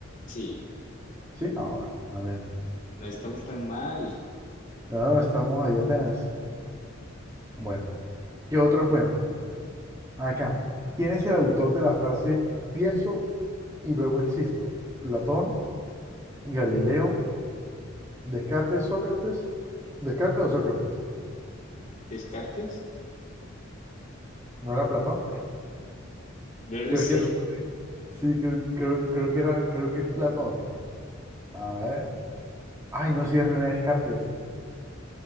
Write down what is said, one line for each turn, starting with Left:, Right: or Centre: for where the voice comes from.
Left: Sí,
Right: Sí. Ah, bueno. A ver.
Left: no estamos tan mal.
Right: Ah, estamos ahí apenas. Bueno. ¿Qué otra fue? Acá, ¿quién es el autor de la frase pienso y luego existo? ¿Platón, Galileo, Descartes, Sócrates? ¿Descartes o Sócrates?
Left: ¿Descartes?
Right: ¿No era Platón?
Left: No lo
Right: Creo
Left: sé.
Right: que era, sí, creo, creo- creo que era, creo que es Platón. A ver. Ay, no, sí es René Descartes.